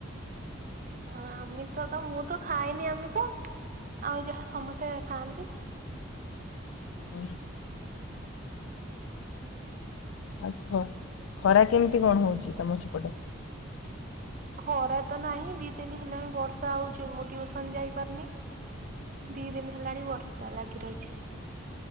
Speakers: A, on the right; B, on the left.
A: ଆମିଷ ତ ମୁଁ ତ ଖାଇନି ଆମିଷ ଆଉ ଯାହା ସମସ୍ତେ ଖାଆନ୍ତି।
B: ହୁଁ। ଆଉ ଖ ଖରା କେମିତି କଣ ହଉଛି ତମ ସେପଟେ।
A: ଖରା ତ ନାହିଁ ଦି ଦିନ ହେଲାଣି ବର୍ଷା ହଉଛି ମୁଁ ଟିଉସନ ଯାଇପାରୁନି ଦି ଦିନ ହେଲାଣି ବର୍ଷା ଲାଗି ରହିଛି।